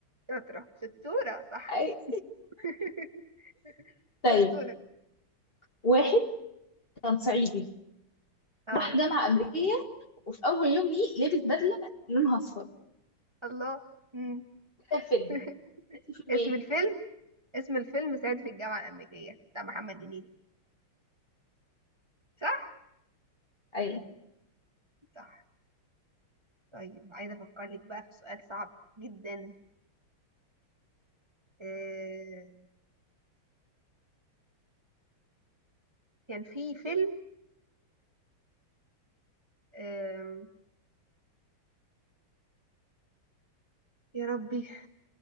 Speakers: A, on the right; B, on the left.
A: شطرة شطورة صح
B: أي...
A: <laughs>
B: طيب
A: شطورة
B: واحد كان صعيدي
A: مم. اه
B: راح جامعه امريكيه وفي اول يوم ليه لبس بدله لونها اصفر ده
A: الله مم.
B: كان فيلم
A: <laughs>
B: فيلم
A: اسم
B: ايه
A: الفيلم اسم الفيلم صعيدي في الجامعة الأمريكية بتاع محمد هنيدي صح
B: ايوه
A: صح طيب عايزة أفكر لك بقى في سؤال صعب جدا آه... كان في فيلم آه... يا ربي